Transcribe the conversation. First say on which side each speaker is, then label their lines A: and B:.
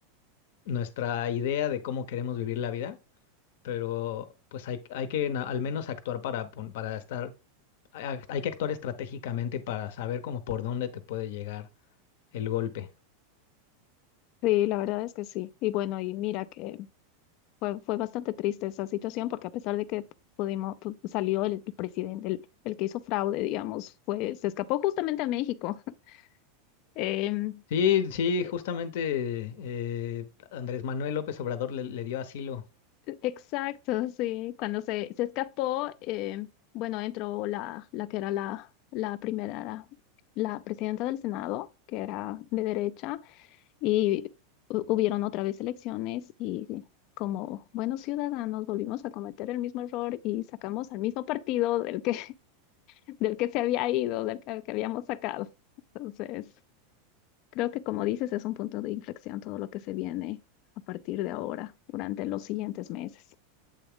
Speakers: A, on the left (about 65°); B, on the left (about 45°).
A: nuestra idea de cómo queremos vivir la vida, pero pues hay, hay que na- al menos actuar para, pon- para estar a- hay que actuar estratégicamente para saber como por dónde te puede llegar el golpe.
B: Sí, la verdad es que sí. Y bueno, y mira que Fue, fue bastante triste esa situación porque a pesar de que pudimos, pu- salió el, el presidente, el, el que hizo fraude, digamos, fue, se escapó justamente a México. <laughs> Em,
A: Sí, sí,
B: e-
A: justamente eh, Andrés Manuel López Obrador le, le dio asilo.
B: e, exacto, sí. Cuando se, se escapó, em, bueno, entró la, la que era la, la primera, la presidenta del Senado, que era de derecha, y hu- hubieron otra vez elecciones y como buenos ciudadanos volvimos a cometer el mismo error y sacamos al mismo partido del que del que se había ido, del que, que habíamos sacado. Entonces, creo que como dices, es un punto de inflexión todo lo que se viene a partir de ahora, durante los siguientes meses.